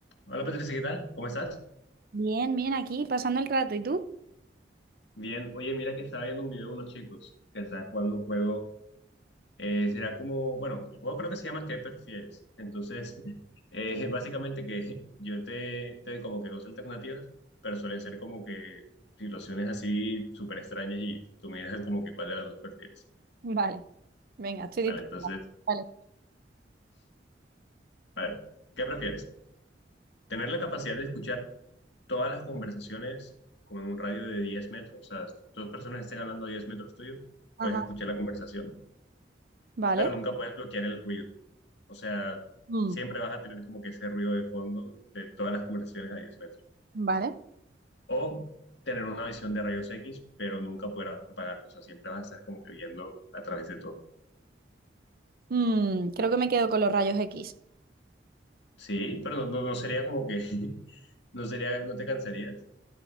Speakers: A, on the left; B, on the right.
A: Hola Patricia, ¿qué tal? ¿Cómo estás?
B: Bien, bien, aquí pasando el rato. ¿Y tú?
A: Bien, oye, mira que estaba viendo un video de unos chicos que están jugando un juego. eh, será como, bueno, el juego creo que se llama ¿Qué prefieres? Entonces, <laughs> eh, básicamente que yo te, te doy como que dos alternativas, pero suelen ser como que situaciones así súper extrañas y tú miras como que cuál de las dos prefieres.
B: Vale, venga, estoy dispuesta.
A: Vale, entonces,
B: Vale.
A: a ver, ¿qué prefieres? ¿Tener la capacidad de escuchar todas las conversaciones como en un radio de 10 metros? O sea, dos personas que estén hablando a 10 metros tuyo,
B: Ajá.
A: puedes escuchar la conversación
B: Vale.
A: pero nunca puedes bloquear el ruido. O sea,
B: Mm,
A: siempre vas a tener como que ese ruido de fondo de todas las conversaciones a 10 metros.
B: vale.
A: O tener una visión de rayos X, pero nunca poder apagarlo. O sea, siempre vas a estar como que viendo a través de todo.
B: Mm, creo que me quedo con los rayos X.
A: Sí, pero no, no, no sería como que, <laughs> no sería, no te cansarías.